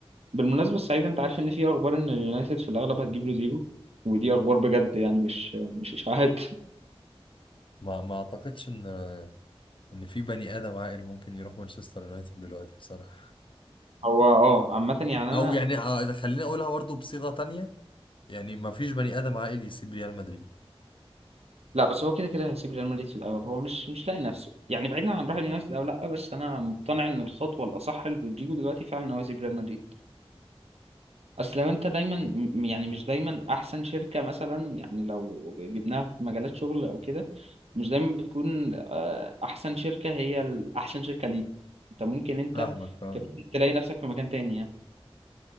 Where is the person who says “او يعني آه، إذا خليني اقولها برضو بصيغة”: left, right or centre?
Left